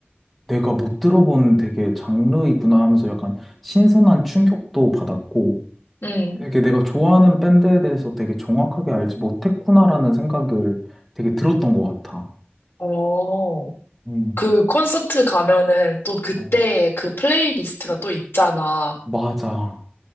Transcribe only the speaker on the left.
응.
어.
그 콘서트 가면은 또 그때
그 플레이리스트가 또 있잖아.